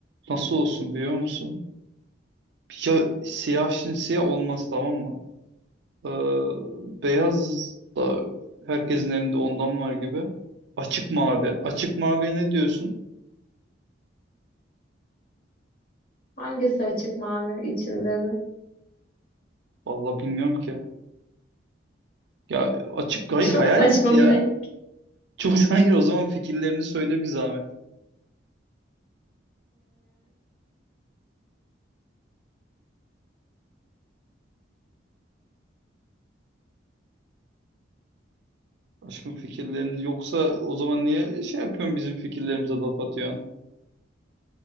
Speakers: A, on the right; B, on the left.
A: nasıl olsun biliyor musun? Ya siyah şimdi siyah olmaz tamam mı? Ee, beyaz da herkesin evinde ondan var gibi. Açık mavi. Açık maviye ne diyorsun?
B: Hangisi açık mavi içinde de?
A: Vallahi bilmiyorum ki. Ya açık hayır
B: Çok
A: hayal
B: saçma
A: etti ya.
B: bir renk.
A: Çok <laughs> hayır o zaman fikirlerini söyle bir zahmet. Aşkım fikirleriniz yoksa o zaman niye şey yapıyorsun bizim fikirlerimize laf atıyorsun?